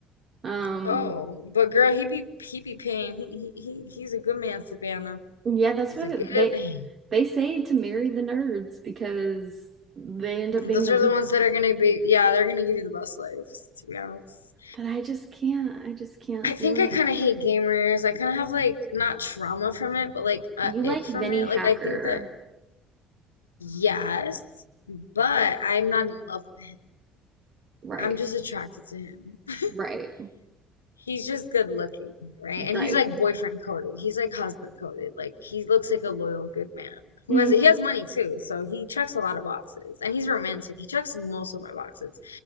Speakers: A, on the right; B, on the left.
A: Um,
B: Oh, but girl, he be he be paying. He he he he's a good man, Savannah.
A: yeah, that's
B: He's
A: why
B: a good
A: they
B: man.
A: they, say to marry the nerds because they end up
B: Those
A: being the
B: are
A: real.
B: the ones that are gonna be, yeah, they're gonna give you the best lives, to be honest.
A: But I just can't. I just can't
B: I
A: do
B: think
A: it.
B: I kind of hate gamers. I kind of have like not trauma from it, but like a
A: You like
B: ick
A: Vinnie
B: from it.
A: Hacker,
B: Like I think that yes, but I'm not in love with him.
A: right?
B: I'm just attracted to him. <laughs>
A: Right.
B: He's just good looking, right?
A: Right.
B: And he's like boyfriend coded. He's like husband coded. Like he looks like a loyal good man who
A: Mm-hmm.
B: has he has money too, so he checks a lot of boxes. And he's romantic. He checks most of my boxes.